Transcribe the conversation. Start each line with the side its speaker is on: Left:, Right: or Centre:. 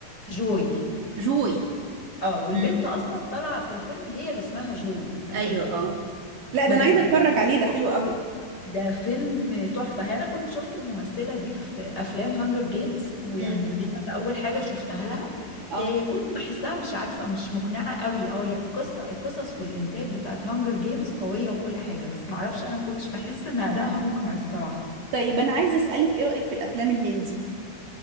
Left: جوي
Right: جوي
Left: اه والبنت
Right: امم
Left: اصلا طالعة في الفيلم هي اللي اسمها جوي اساسا
Right: ايوه اه لا
Left: بس
Right: ده انا عايزه
Left: بجد
Right: اتفرج عليه ده حلو قوي
Left: ده فيلم تحفة انا كنت شفت الممثلة دي في افلام هانجر جيمز ويعني
Right: امم
Left: دي كانت اول حاجة شفتها لها
Right: اه
Left: إيه كنت بحسها مش عارفة مش مقنعة قوي اه يا- القصة القصص والانتاج بتاعت هانجر جيمز قوية وكل حاجة بس معرفش انا ما كنتش بحس ان ادائها مقنع الصراحة
Right: طيب انا عايزه اسالك ايه رايك في الافلام الهندي